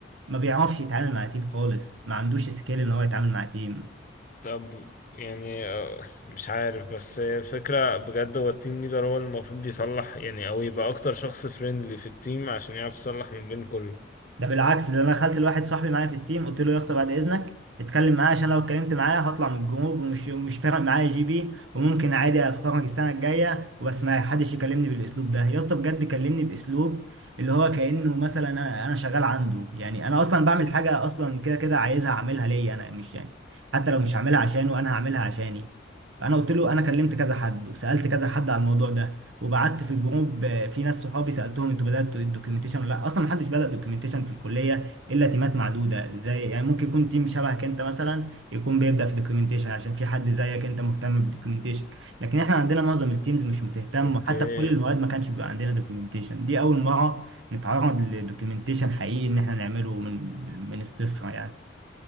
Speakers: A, on the right; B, on the left.
A: ما بيعرفش يتعامل مع تيم خالص ما عندوش سكيل ان هو يتعامل مع تيم
B: طب يعني آه، مش عارف بس هي الفكرة بجد هو التيم ليدر هو اللي المفروض يصلح يعني او يبقى اكتر شخص فريندلي في التيم عشان يعرف يصلح من بين كله
A: ده بالعكس ده انا دخلت لواحد صاحبي معايا في التيم قلت له يا اسطى بعد اذنك اتكلم معايا عشان لو اتكلمت معايا هطلع من الجروب ومش مش فارق معايا جي بي وممكن عادي اتخرج السنه الجايه وبس ما حدش يكلمني بالاسلوب ده يا اسطى بجد كلمني باسلوب اللي هو كانه مثلا انا انا شغال عنده يعني انا اصلا بعمل حاجه اصلا كده كده عايزها اعملها ليا انا مش يعني حتى لو مش هعملها عشانه انا هعملها عشاني انا قلت له انا كلمت كذا حد وسالت كذا حد على الموضوع ده وبعت في الجروب آه، في ناس صحابي سالتهم انتوا بداتوا الدوكيومنتيشن ولا لا اصلا ما حدش بدا دوكيومنتيشن في الكليه الا تيمات معدوده زي يعني ممكن يكون تيم شبهك انت مثلا يكون بيبدا في دوكيومنتيشن عشان في حد زيك انت مهتم بالدوكيومنتيشن لكن احنا عندنا معظم التيمز مش بتهتم
B: اوكي
A: وحتى في كل المواد ما كانش بيبقى عندنا دوكيومنتيشن دي اول مره نتعرض لدوكيومنتيشن حقيقي ان احنا نعمله من من الصفر يعني